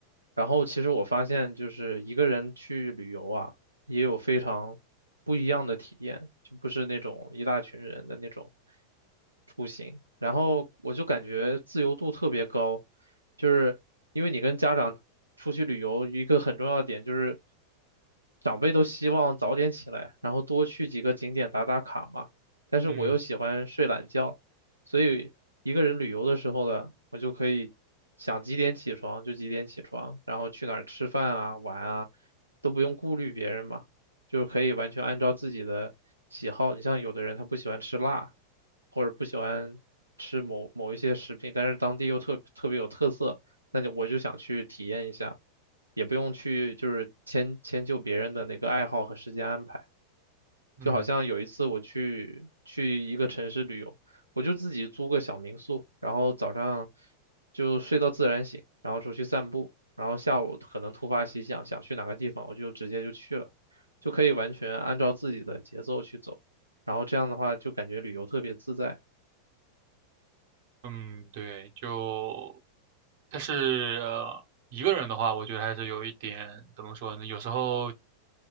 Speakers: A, on the right; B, on the right.
A: 然后其实我发现，就是一个人去旅游啊，也有非常不一样的体验，就不是那种一大群人的那种出行。然后我就感觉自由度特别高，就是因为你跟家长出去旅游，一个很重要的点就是长辈都希望早点起来，然后多去几个景点打打卡嘛。但是我又喜欢睡懒觉。
B: 嗯。
A: 所以一个人旅游的时候呢，我就可以想几点起床就几点起床，然后去哪儿吃饭啊、玩啊，都不用顾虑别人嘛，就是可以完全按照自己的喜好。你像有的人他不喜欢吃辣，或者不喜欢吃某某一些食品，但是当地又特特别有特色，那就我就想去体验一下，也不用去就是迁迁就别人的那个爱好和时间安排。
B: 嗯
A: 就好像有一次我去去一个城市旅游，我就自己租个小民宿，然后早上就睡到自然醒，然后出去散步，然后下午可能突发奇想，想去哪个地方，我就直接就去了，就可以完全按照自己的节奏去走，然后这样的话就感觉旅游特别自在。
B: 嗯，对，就，但是呃一个人的话，我觉得还是有一点怎么说呢？有时候